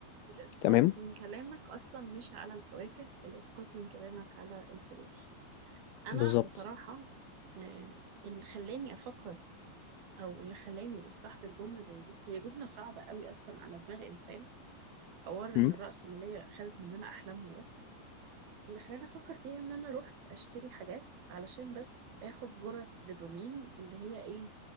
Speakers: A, on the right; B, on the left.
A: والإسقاط
B: تمام
A: من كلامك أصلا مش على الفواكه الإسقاط من كلامك على الفلوس أنا
B: بالظبط
A: بصراحة آه، اللي خلاني أفكر أو اللي خلاني أستحضر جملة زي دي هي جملة صعبة قوي أصلا على دماغ إنسان حوار
B: مم.
A: إن الرأسمالية خدت مننا أحلامنا ده اللي خلاني افكر فيها ان انا رحت اشتري حاجات علشان بس اخد جرعة الدوبامين اللي هي ايه